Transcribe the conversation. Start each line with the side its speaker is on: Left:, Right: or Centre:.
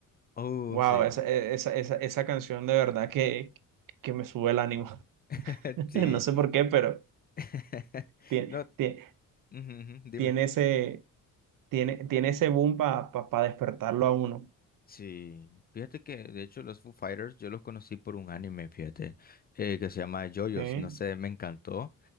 Left: Uh,
Right: Wow,
Left: sí.
Right: esa, e, esa, esa, esa canción de verdad que, que me sube el ánimo.
Left: <laughs>
Right: <laughs>
Left: Sí.
Right: No sé por qué, pero
Left: <laughs>
Right: tiene,
Left: No,
Right: tiene,
Left: ujú, ujú, dime.
Right: tiene ese, tiene, tiene ese boom para pa, pa- pa despertarlo a uno.
Left: Sí, fíjate que de hecho los Foo Fighters yo los conocí por un anime, fíjate, eh, que se llama JoJo's,
Right: Sí.
Left: no sé, me encantó.